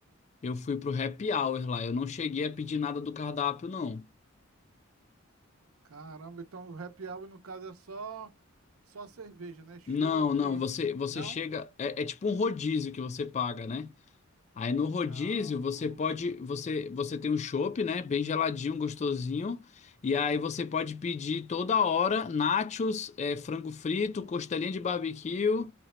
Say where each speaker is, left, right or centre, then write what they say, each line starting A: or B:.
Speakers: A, on the left (about 35°); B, on the right (about 80°).
A: Eu fui pro happy hour lá. Eu não cheguei a pedir nada do cardápio, não.
B: Caramba, então o happy hour, no caso, é só, só cerveja, né? Chopp,
A: Não, não. Você, você
B: não?
A: chega. É, é tipo um rodízio que você paga, né? Aí no rodízio
B: Ah,
A: você pode. Você, você tem um chopp, né? Bem geladinho, gostosinho. E aí você pode pedir toda hora nachos, é, frango frito, costelinha de barbecue,